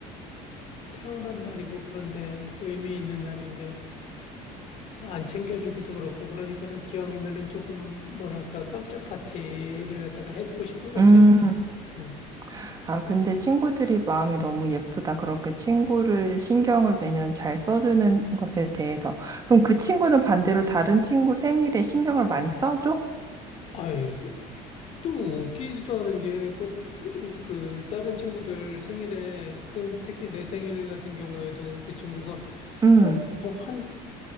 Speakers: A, on the left; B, on the right.
A: 태어난 날이고 그런데 의미 있는 날인데 안 챙겨주기도 그렇고 그러니까는 기왕이면은 조금 뭐랄까 깜짝 파티를 갖다가 해주고 싶은 거지.
B: 음,
A: 음.
B: 아, 근데 친구들이 마음이 너무 예쁘다. 그렇게 친구를 신경을 매년 잘 써주는 것에 대해서. 그럼 그 친구는 반대로 다른 친구 생일에 신경을 많이 써줘?
A: 아이, 또 웃기지도 않은 게 꼭 그 다른 친구들 생일에 또 특히 내 생일 같은 경우에도 그 친구가
B: 음,
A: 꼭뭐한